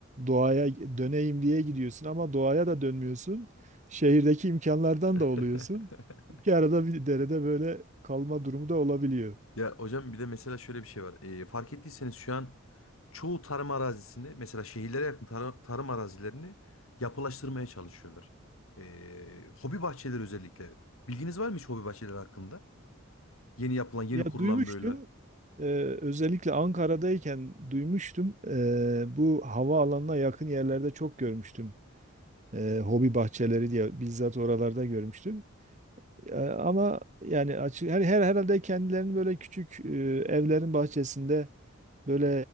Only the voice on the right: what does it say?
doğaya döneyim diye gidiyorsun ama doğaya da dönmüyorsun. Şehirdeki imkanlardan
da oluyorsun.
İki arada bir derede böyle kalma durumu da olabiliyor.
Ya
duymuştum.
Ee, özellikle Ankara'dayken duymuştum. Ee, bu havaalanına yakın yerlerde çok görmüştüm. Ee, hobi bahçeleri diye bizzat oralarda görmüştüm. Ee, ama yani açık her, her herhalde kendilerinin böyle küçük e, evlerin bahçesinde böyle